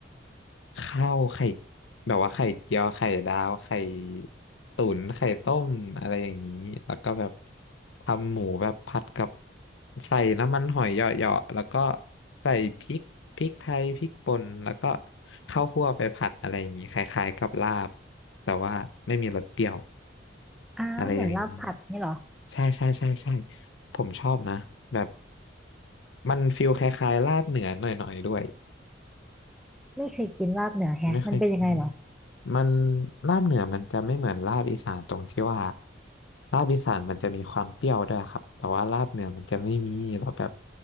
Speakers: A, on the left; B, in the centre.
A: ข้าวไข่แบบว่าไข่เจียวไข่ดาวไข่ตุ๋นไข่ต้มอะไรอย่างนี้แล้วก็แบบทำหมูแบบผัดกับใส่น้ำมันหอยเหยาะๆแล้วก็ใส่พริกพริกไทยพริกป่นแล้วก็ข้าวคั่วไปผัดอะไรอย่างนี้คล้ายๆกับลาบแต่ว่าไม่มีรสเปรี้ยว
B: อ่าเหมือนลาบผัดนี่เหรอ
A: อะไรอย่างนี้ใช่ใช่ใช่ใช่ผมชอบนะแบบมันฟิลคล้ายๆลาบเหนือหน่อยๆด้วย
B: ไม่เคยกินลาบเหนือแฮะมันเป็นยังไงเหรอ
A: ไม่เคยกิน มันลาบเหนือมันจะไม่เหมือนลาบอีสานตรงที่ว่าลาบอีสานมันจะมีความเปรี้ยวด้วยครับแต่ว่าลาบเหนือมันจะไม่มีเราแล้วแบบ